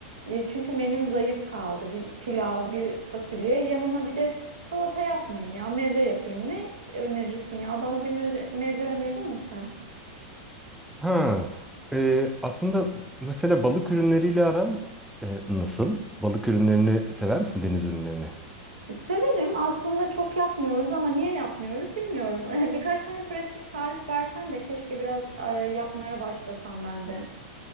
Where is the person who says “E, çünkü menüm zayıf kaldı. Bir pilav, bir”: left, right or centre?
Right